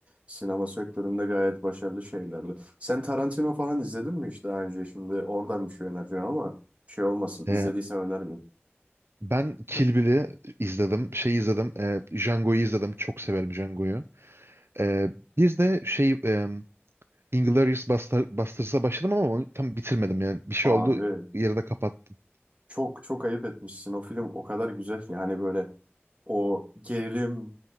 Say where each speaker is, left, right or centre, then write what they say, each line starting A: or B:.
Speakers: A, on the right; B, on the right.
A: Sinema sektöründe gayet başarılı şeylerdi. Sen Tarantino falan izledin mi hiç daha önce? Şimdi oradan bir şey önereceğim ama şey olmasın.
B: Ee,
A: İzlediysen önermeyeyim.
B: ben Kill Bill'i izledim. Şey izledim. E, Django'yu izledim. Çok severim Django'yu. Ee, bir de şey e, Inglourious Baster- Basterds'a başladım ama onu tam bitirmedim yani. Bir şey
A: Abi
B: oldu yarıda kapattım.
A: çok çok ayıp etmişsin. O film o kadar güzel ki. Hani böyle O gerilim